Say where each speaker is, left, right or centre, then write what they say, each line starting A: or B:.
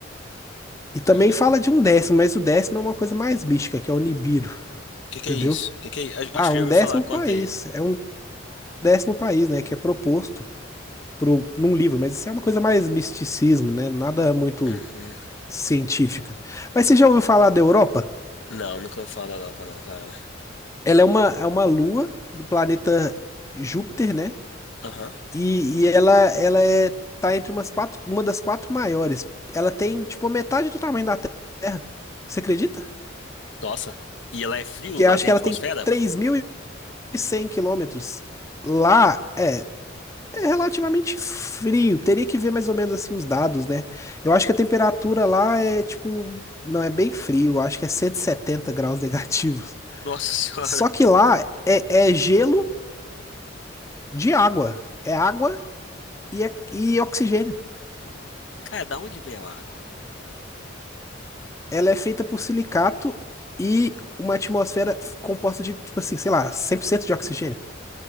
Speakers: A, on the left; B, on the left.
A: E
B: Caraca.
A: também fala
B: O
A: de um décimo, mas o décimo é uma coisa mais mística, que é o Nibiru,
B: que que
A: entendeu?
B: é isso? O que que é... isso?
A: Ah,
B: Acho que
A: um
B: eu já
A: décimo
B: ouvi falar, conta
A: país.
B: aí.
A: É um décimo país, né? Que é proposto pro, num livro, mas isso é uma coisa mais misticismo, né? Nada muito
B: Uhum.
A: científica. Mas você já ouviu falar da Europa?
B: Não, nunca ouvi falar da Europa não, cara.
A: Ela é uma, é uma lua do planeta Júpiter, né?
B: Aham.
A: E, e ela, ela é, tá entre umas quatro, uma das quatro maiores. Ela tem, tipo, a metade do tamanho da Terra. Você acredita?
B: Nossa. E ela é frio?
A: Que
B: Lá
A: eu acho
B: tem
A: que
B: atmosfera?
A: ela tem três mil e cem quilômetros. Lá é, é relativamente frio. Teria que ver mais ou menos assim os dados, né? Eu acho que a temperatura lá é, tipo, não é bem frio. Eu acho que é 170 graus <laughs> negativos.
B: Nossa <laughs>
A: Só
B: senhora.
A: que lá é, é gelo de água. É água e, é- e oxigênio.
B: Cara, da onde veio a água?
A: Ela é feita por silicato e uma atmosfera f- composta de, tipo assim, sei lá, 100% de oxigênio.